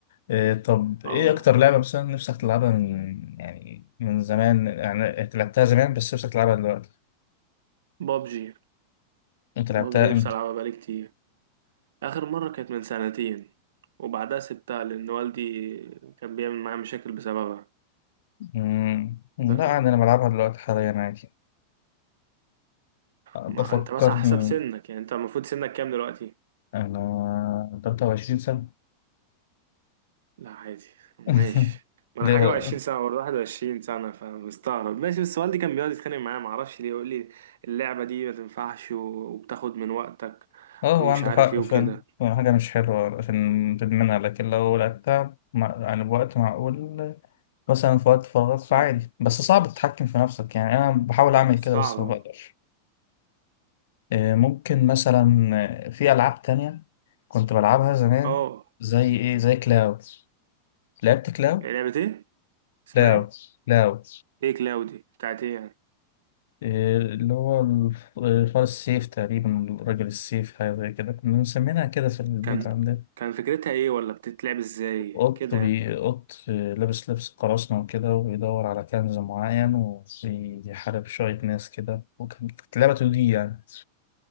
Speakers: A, on the left; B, on the right.
A: إيه طب
B: اه
A: إيه أكتر لعبة مثلا نفسك تلعبها من يعني من زمان يعني أنت لعبتها زمان بس نفسك تلعبها دلوقتي
B: بابجي
A: أنت لعبتها
B: بابجي نفسي
A: إمتى؟
B: ألعبها بقالي كتير آخر مرة كانت من سنتين وبعدها سبتها لأن والدي كان بيعمل معايا مشاكل بسببها
A: مم. لا
B: فاهم
A: عادي أنا بلعبها دلوقتي حاليا عادي بفكرني
B: ما أنت مثلا على حسب سنك يعني أنت المفروض سنك كام دلوقتي
A: أنا 23 سنة
B: لا عادي ماشي
A: <laughs>
B: ما
A: ليه
B: انا حاجه
A: هو
B: و20 سنه برضه 21 سنه فمستغرب ماشي بس والدي كان بيقعد يتخانق معايا ما اعرفش ليه يقول لي اللعبه دي ما تنفعش و- وبتاخد من وقتك
A: اه هو
B: ومش
A: عنده
B: عارف
A: حق
B: ايه وكده
A: فعلا هو حاجة مش حلوة عشان تدمنها لكن لو لعبتها مع... يعني بوقت معقول مثلا في وقت فراغ فعادي
B: آه.
A: بس صعب تتحكم في نفسك يعني أنا بحاول أعمل كده
B: صعبه
A: بس ما بقدرش آه، ممكن مثلا آه، في ألعاب تانية كنت بلعبها زمان
B: اه
A: زي إيه زي كلاو لعبت كلاو
B: إيه، لعبه ايه اسمها
A: كلاو
B: ايه
A: كلاو
B: ايه كلاودي بتاعت ايه يعني
A: إيه اللي هو الف- فار السيف تقريبا راجل السيف حاجة زي كده كنا مسمينها كده في البيت
B: كان
A: عندنا
B: كان فكرتها ايه ولا بتتلعب ازاي
A: قط
B: كده
A: بي
B: يعني
A: قط لابس لبس قراصنة وكده وبيدور على كنز معين وبيحارب شوية ناس كده وكانت لعبة تو دي يعني